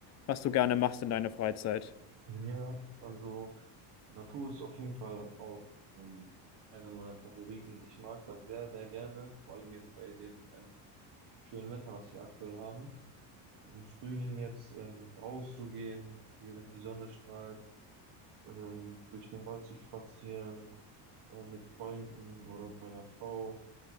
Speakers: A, on the left; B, on the right.
A: was du gerne machst in deiner Freizeit?
B: Ja, also Natur ist auf jeden Fall auch ähm, einer meiner Favoriten. Ich mag das sehr, sehr gerne, vor allem jetzt bei dem ähm, schönen Wetter, was wir aktuell haben. Im Frühling jetzt ähm, rauszugehen, während die Sonne strahlt, ähm, durch den Wald zu spazieren äh, mit Freunden oder mit meiner Frau.